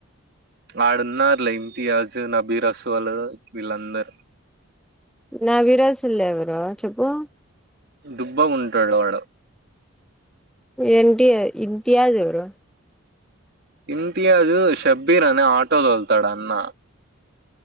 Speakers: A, on the right; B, in the centre.
A: ఆడున్నారుల ఇమితయాజ్ నబీ రసోల్ వీళ్ళందరు
B: నవిరసుల్ ఎవరు చెప్పు
A: దుబ్బా గుంటాడు వాడు
B: ఎంటి ఇంతియాజ్ ఎవరు
A: ఇంతియాజ్ షబ్బీర్ అనే ఆటో తొలుతాడు అన్న